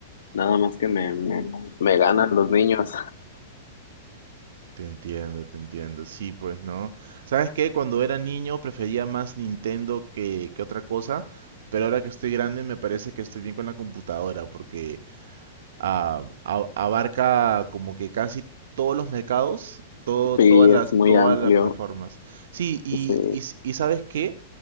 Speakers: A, on the left; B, on the right.
A: nada más que me, me, me ganan los niños.
B: Te entiendo, te entiendo. Sí, pues no. ¿Sabes qué? Cuando era niño prefería más Nintendo que, que otra cosa, pero ahora que estoy grande me parece que estoy bien con la computadora porque ah, a- abarca como que casi todos los mercados, todo,
A: Sí,
B: todas
A: es
B: las,
A: muy
B: todas
A: amplio.
B: las plataformas. Sí, y,
A: Sí,
B: y, s- y ¿sabes qué?